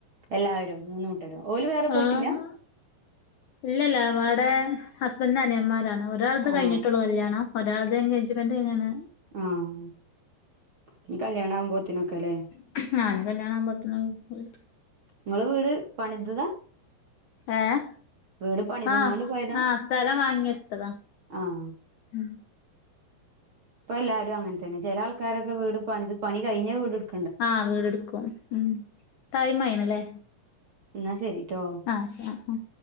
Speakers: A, on the right; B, on the left.
A: എല്ലാവരും മൂന്ന് കൂട്ടരും ഓല് വേറെ പോയിട്ടില്ല
B: ആഹ് ഇല്ലല്ല അവടെ ഹസ്ബന്റിന്റെ അനിയന്മാരാണ് ഒരാൾത്ത്
A: ആ
B: കഴിഞ്ഞിട്ടുള്ളൂ കല്യാണം ഒരാള്ടെ എഗേജ്മെന്റ് കയിഞ്ക്ക്ണ്
A: ആഹ് ഇഞ്ഞി കല്യാണാകുമ്പോത്തിനൊക്കലേ.
B: ഞ്ഞി കല്യാണാകുമ്പോത്തിന് ഓല് പോയി
A: ഇങ്ങളെ വീട് പണിതതാ.
B: ഏഹ്,
A: വീട് പണിതങ്ങാണ്ട്
B: ആഹ്
A: പോയതാ
B: ആഹ് സ്ഥലം വാങ്ങിട്ത്തതാ.
A: ആ
B: ഉം.
A: ഇപ്പൊല്ലാരും അങ്ങൻ തന്നെ, ചെലെആൾക്കാരൊക്കെ വീട് പണിത് പണി കഴിഞ്ഞ വീട് ഇട്
B: ആഹ് വീട് ട്ക്കും, ഉം ടൈമായീണ്ലേ.
A: എന്നാ ശരിട്ടോ
B: ആഹ് ആഹ് ആഹ്